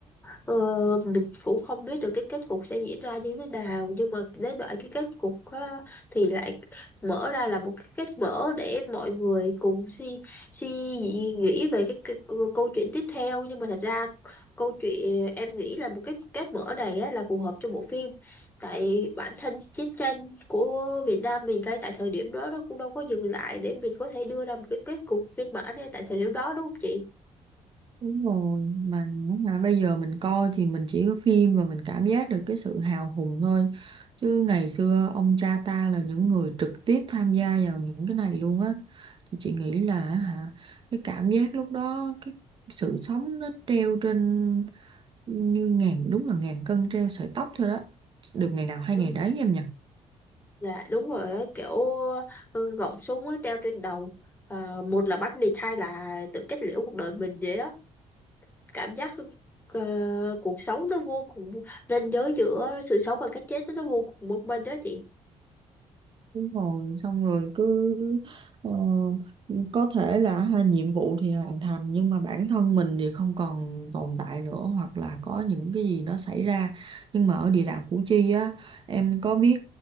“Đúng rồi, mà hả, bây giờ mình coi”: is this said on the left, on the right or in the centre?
Right